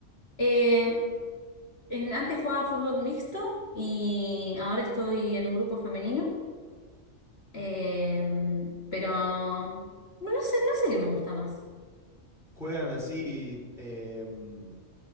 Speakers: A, on the left (about 50°); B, in the centre.
A: Eh, en- antes jugaba fútbol mixto y ahora estoy en un grupo femenino, eh, pero bueno, no sé, no sé qué me gusta más.
B: ¿Juegan así em,